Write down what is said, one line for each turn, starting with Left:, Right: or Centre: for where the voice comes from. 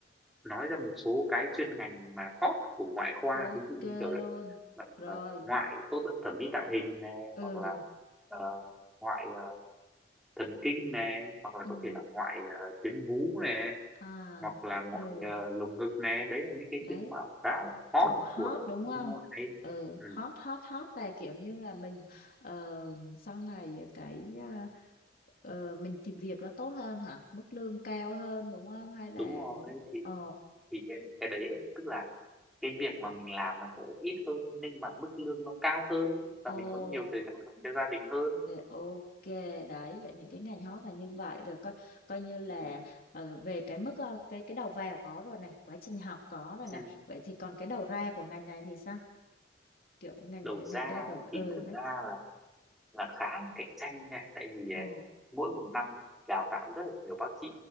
Centre: nói ra một số cái chuyên ngành mà hot của ngoại khoa
Left: ok
Centre: ví dụ như kiểu là
Left: luôn.
Centre: ờ,
Left: Rồi,
Centre: ờ, ngoại phẫu thuật thẩm mỹ tạo hình này
Left: ừ,
Centre: hoặc là ờ, ngoại ờ, thần kinh này hoặc là
Left: ừ.
Centre: có thể là ngoại ờ, tuyến vú này
Left: À,
Centre: hoặc là ngoại
Left: ừ.
Centre: ờ, lồng ngực này đấy là những cái
Left: Đấy
Centre: chuyên khoa mà khá là hot
Left: kiểu hot
Centre: của
Left: đúng
Centre: bên
Left: không
Centre: ngoại
Left: ừ
Centre: ừ,
Left: hot hot hot là kiểu như là mình ờ, sau này cái à, ờ, mình tìm việc nó tốt hơn hả mức lương cao hơn đúng không hay là
Centre: đúng rồi thì
Left: ờ
Centre: thì cái, cái đấy tức là cái việc mà mình làm nó sẽ ít hơn nhưng mà mức lương nó cao hơn và
Left: ok
Centre: mình có nhiều thời gian dành cho gia đình hơn
Left: ok đấy vậy những cái ngành hot là như vậy rồi coi coi như là
Centre: ừ.
Left: ờ, về cái mức ờ, cái cái đầu vào có rồi này quá trình học có rồi này
Centre: ừ.
Left: vậy thì còn cái đầu ra của ngành này thì sao kiểu ngành
Centre: đầu ra
Left: ngành
Centre: ấy,
Left: ra của ừ
Centre: thì thật
Left: bác
Centre: ra là là khá là cạnh tranh nha tại vì
Left: ừ
Centre: ấy, mỗi một năm ấy, đào tạo rất là nhiều bác sĩ